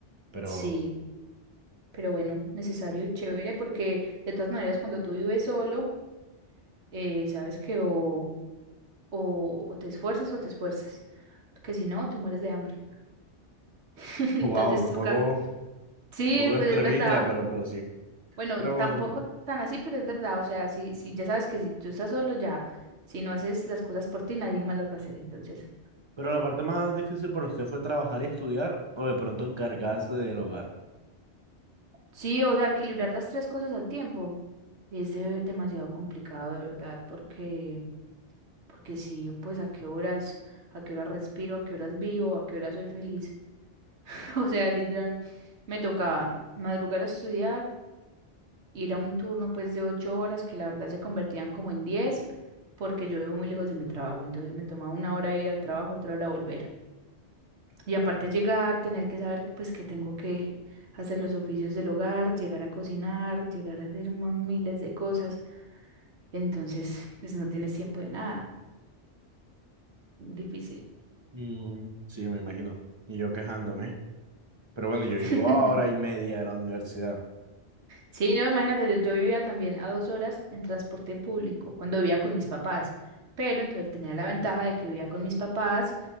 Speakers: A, on the right (about 25°); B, on the right (about 70°).
A: pero
B: Sí. Pero bueno, necesario y chévere porque de todas maneras cuando tú vives solo, eh, sabes que o, o, o te esfuerzas o te esfuerzas, porque si no, te mueres de hambre. <laughs>
A: <laughs>
B: Entonces
A: wow, un
B: toca.
A: poco,
B: Sí,
A: un poco extremista,
B: pues es verdad.
A: pero, pero sí.
B: Bueno,
A: Pero
B: tampoco tan así, pero es verdad. O sea, si, si ya sabes que si tú estás solo ya, si no haces las cosas por ti, nadie más las va a hacer. Entonces,
A: Pero la parte más difícil para usted fue trabajar y estudiar o de pronto encargarse del hogar.
B: sí, o sea, equilibrar las tres cosas al tiempo es de- demasiado complicado, de verdad, porque... Porque si yo, pues, ¿a qué horas, a qué horas respiro, a qué horas vivo, a qué horas soy feliz? <laughs> O sea, literal, me tocaba madrugar a estudiar, ir a un turno, pues, de ocho horas, que la verdad se convertían como en diez, porque yo vivo muy lejos de mi trabajo, entonces me tomaba una hora ir al trabajo, otra hora volver. Y aparte llegar, tener que saber, pues, que tengo que hacer los oficios del hogar, llegar a cocinar, llegar a hacer más miles de cosas. Entonces, pues, no tienes tiempo de nada. Difícil.
A: Mm, sí, me imagino. Y yo quejándome. Pero bueno,
B: <laughs>
A: yo vivo a hora y media de la universidad.
B: Sí, no, imagínate, yo, yo vivía también a dos horas en transporte público cuando vivía con mis papás, pero entonces tenía la ventaja de que vivía con mis papás,